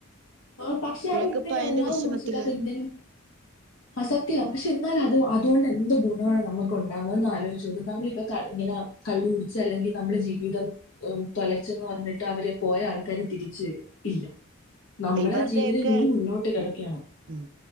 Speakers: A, on the left; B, on the right.
A: ആ പക്ഷെ
B: ബ്രേക്കപ്പ്
A: അതെന്തിനായിരുന്നു
B: ആയതിന്റെ വിഷമത്തില്
A: <inaudible> അതെന്തിനും അത് സത്യംപക്ഷെ എന്നാ അത് അതുകൊണ്ട് എന്ത് ഗുണമാണ് നമുക്ക് ഉണ്ടാവുന്നതന്ന് ആലോചിച്ച നോക്ക് നമ്മളിപ്പ ഇങ്ങനെ കള്ളുകുടിച്ച അല്ലെങ്കിൽ നമ്മുടെ ജീവിതം തൊലച്ചന്ന് പറഞ്ഞിട്ട് അവരെ പോയ ആൾക്കാര് തിരിച്ച വരോ ഇല്ല നമ്മള
B: ഇവരുടെയൊക്കെ
A: ആ ജീവിതം ഇനിയും മുന്നോട്ട് കിടക്കുകയാണ്
B: ഉം